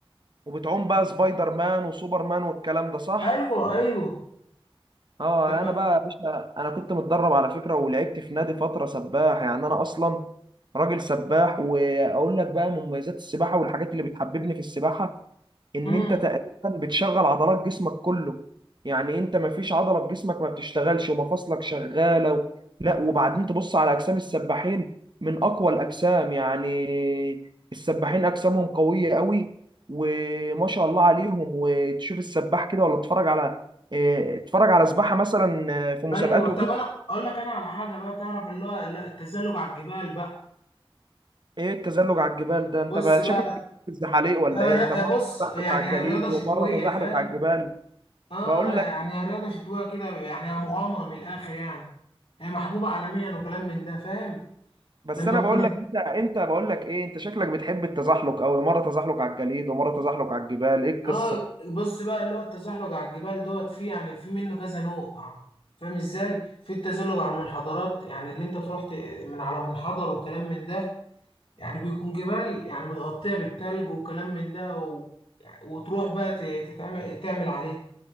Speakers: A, on the right; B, on the left.
A: وبتعوم بقى سبايدر مان وسوبر مان والكلام ده صح؟
B: ايوه ايوه
A: اه
B: طب
A: انا بقى يا باشا انا كنت متدرب على فكرة ولعبت في نادي فترة سباح يعني انا اصلا راجل سباح واقول لك بقى مميزات السباحة والحاجات اللي بتحببني في السباحة ان
B: امم
A: انت تقريبا بتشغل عضلات جسمك كله يعني انت ما فيش عضله في جسمك ما بتشتغلش ومفاصلك شغاله و... لا وبعدين تبص على اجسام السباحين من اقوى الاجسام يعني السباحين اجسامهم قويه قوي وما شاء الله عليهم وتشوف السباح كده ولا تتفرج على اه، اتفرج على سباحه مثلا اه، في مسابقات
B: ايوه طب
A: وكده
B: انا اقول لك انا على حاجه بقى تعرف اللي هو لا، التزلج على الجبال بقى
A: ايه التزلج على الجبال ده انت
B: بص
A: بقى
B: بقى
A: شكلك في الزحاليق ولا
B: هي
A: ايه
B: ري-
A: انت مره
B: بص
A: تزحلق
B: يعني
A: على
B: هي
A: الجليد
B: رياضة شتوية
A: ومره تزحلق
B: فاهم
A: على الجبال
B: اه
A: بقول
B: يعني
A: لك
B: هي رياضة شتوية كده يعني هي مغامرة من الآخر يعني هي محبوبة عالميا وكلام من ده فاهم
A: بس
B: لما
A: انا
B: تكون
A: بقول لك انت انت بقول لك ايه انت شكلك بتحب التزحلق قوي مره تزحلق على الجليد ومره تزحلق على الجبال ايه القصه
B: اه بص بقى اللي هو التزحلق على الجبال دوت فيه يعني في منه كذا نوع فاهم ازاي في التزحلق على المنحدرات يعني اللي انت تروح ت- من على منحدر وكلام من ده يعني بيكون جبال يعني متغطية بالتلج وكلام من ده و... يعني وتروح بقى ت- تتعمل تعمل عليه